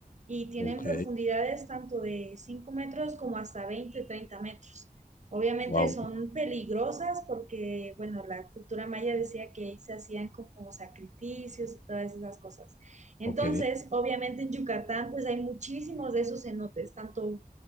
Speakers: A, on the right (about 50°); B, on the left (about 60°).
A: y tienen
B: Ok,
A: profundidades tanto de 5 metros como hasta 20, 30 metros. Obviamente
B: wow,
A: son peligrosas porque, bueno, la cultura maya decía que ahí se hacían como sacrificios y todas esas cosas. Entonces,
B: ok,
A: obviamente en Yucatán, pues hay muchísimos de esos cenotes, tanto